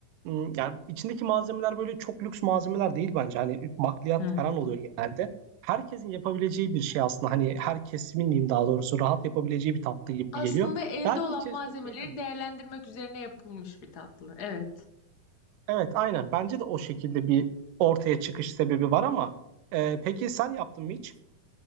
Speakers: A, on the right; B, on the left.
A: ım, yani içindeki malzemeler böyle çok lüks malzemeler değil bence. Hani bakliyat
B: Hı hı.
A: falan oluyor genelde. Herkesin yapabileceği bir şey aslında. Hani her kesimin diyeyim daha doğrusu rahat yapabileceği bir tatlı gibi
B: Aslında
A: geliyor.
B: elde
A: Belki
B: olan
A: içerisinde
B: malzemeleri
A: şeyler var.
B: değerlendirmek üzerine yapılmış bir tatlı. Evet.
A: Evet, aynen. Bence de o şekilde bir ortaya çıkış sebebi var ama e, peki sen yaptın mı hiç?